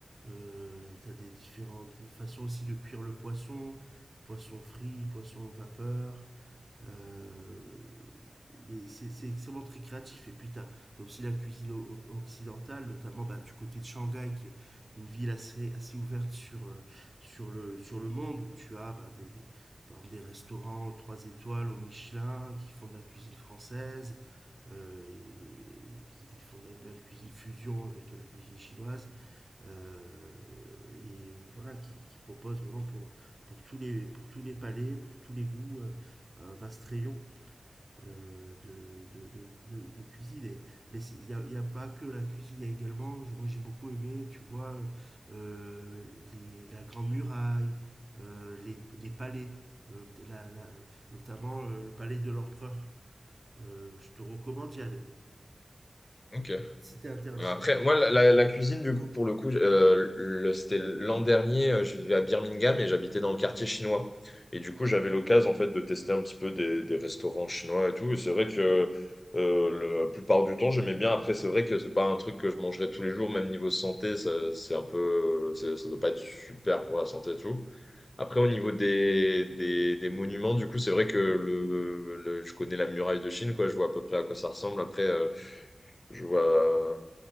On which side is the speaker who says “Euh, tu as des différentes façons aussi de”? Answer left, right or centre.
Right